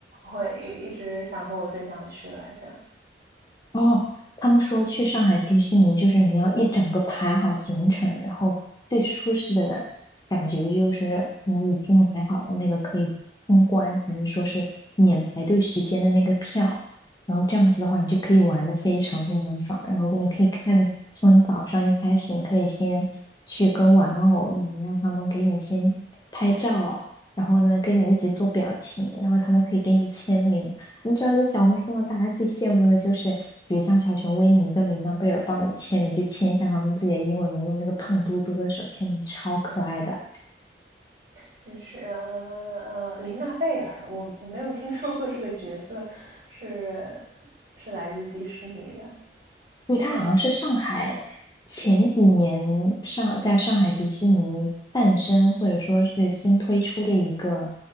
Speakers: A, on the right; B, on the left.
A: 我一一直想和我对象去来着。
B: 哦，他们说去上海迪士尼，就是你要一整个排好行程，然后最舒适的感觉就是你已经买好了那个可以通关，还是说是免排队时间的那个票，然后这样子的话，你就可以玩的非常非常爽。然后你可以看，从你早上一开始，你可以先去跟玩偶们，让他们给你先拍照，然后呢跟你一起做表情，然后他们可以给你签名。你知道，在小红书上，大家最羡慕的就是，比如像小熊维尼跟琳娜贝尔帮你签名，就签一下他们自己的英文名，用那个胖嘟嘟的手签名，超可爱的。
A: 其实呃呃，琳娜贝尔，我我没有听说过这个角色是是来自迪士尼的，
B: 对，它好像是上海前几年上在上海迪士尼诞生，
A: 但我
B: 或者说是新推出的一个